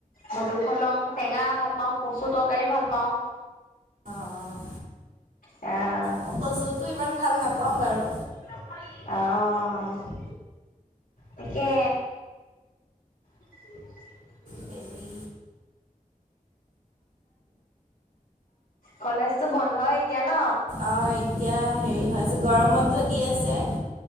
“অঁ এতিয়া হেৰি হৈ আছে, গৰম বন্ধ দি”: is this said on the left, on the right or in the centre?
Right